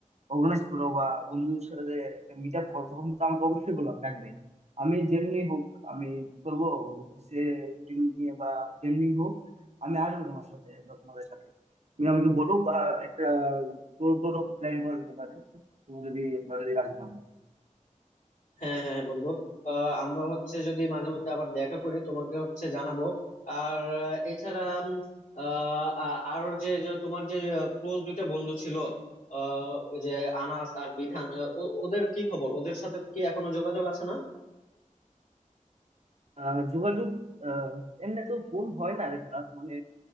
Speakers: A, on the right (about 55°); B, on the left (about 75°).
A: অর্গানাইজ করো বা বন্ধুদের সাথে একটা মিট আপ করো তখন তো আমাকে অবশ্যই বলো ডাকবে আমি যেমনি হোক আমি কি করবো অফিসে ছুটি নিয়ে বা যেমনি হোক আমি আসবো তোমার সাথে বা তোমাদের সাথে তুমি আমাকে বলো বা একটা ট্যুর টুরও প্ল্যান করা যেতে পারে তুমি যদি তোমরা যদি রাজি থাকো
B: হ্যাঁ হ্যাঁ বন্ধু আহ, আমরা হচ্ছে যদি মাঝে মধ্যে আবার দেখা করি তোমাকে হচ্ছে জানাবো আর আহ, এছাড়া উম, আহ, আ- আর যে যে তোমার যে ক্লোজ দুইটা বন্ধু ছিল আহ, ওই যে আনাস আর বিধান আহ, ও- ওদের কি খবর ওদের সাথে কি এখনো যোগাযোগ আছে না
A: আহ যোগাযোগ আহ এমনি তো ফোন হয় না দেখো না মানে